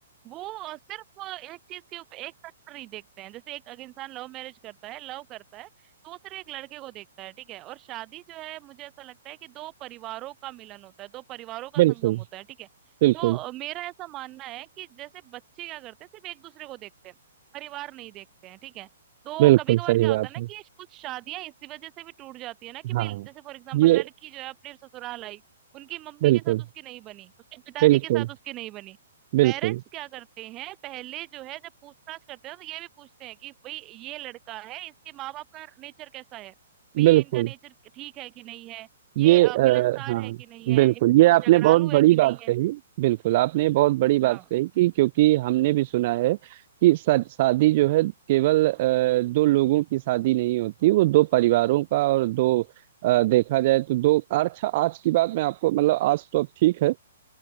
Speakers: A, on the right; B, on the right.
A: वो अ, सिर्फ अ, एक चीज के ऊपर एक फैक्टर नहीं देखते हैं जैसे एक अगर इंसान लव मैरिज करता है लव करता है तो वो सिर्फ एक लड़के को देखता है ठीक है और शादी जो है मुझे ऐसा लगता है कि दो परिवारों का मिलन होता है दो परिवारों का
B: बिल्कुल
A: संगम होता है ठीक है
B: बिल्कुल
A: तो अ, मेरा ऐसा मानना है कि जैसे बच्चे क्या करते हैं सिर्फ एक दूसरे को देखते हैं परिवार नहीं देखते हैं ठीक है तो
B: बिल्कुल
A: कभी कभार
B: सही
A: क्या होता
B: बात
A: है ना
B: है
A: कि कुछ शादियां इसी वजह से भी टूट जाती है ना कि भाई
B: हाँ
A: जैसे फॉर एग्जांपल
B: ये
A: लड़की जो है अपने ससुराल आई उनकी मम्मी
B: बिल्कुल
A: के साथ उसकी नहीं बनी उसके पिताजी
B: बिल्कुल
A: के साथ उसकी नहीं बनी
B: बिल्कुल
A: पेरेंट्स क्या करते हैं पहले जो है जब पूछताछ करते हैं तो ये भी पूछते हैं कि भाई ये लड़का है इसके माँ बाप का नेचर कैसा है भाई ये
B: बिल्कुल
A: इनका नेचर ठीक है कि नहीं है
B: ये
A: ये अ,
B: आ,
A: मिलनसार
B: हाँ
A: है कि नहीं है
B: बिल्कुल
A: ये गु-
B: ये आपने
A: झगड़ालू
B: बहुत
A: है
B: बड़ी
A: कि
B: बात
A: नहीं है
B: कही बिल्कुल आपने बहुत बड़ी बात
A: हाँ
B: कही कि क्योंकि हमने भी सुना है कि शा- शादी जो है केवल अ, दो लोगों की शादी नहीं होती वो दो परिवारों का और दो अ, देखा जाए तो दो अच्छा आज की बात मैं आपको मतलब आज तो अब ठीक है